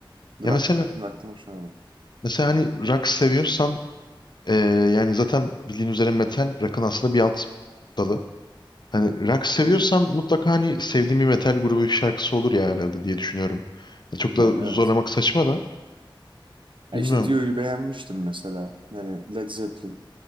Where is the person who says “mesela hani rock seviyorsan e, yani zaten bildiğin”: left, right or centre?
Left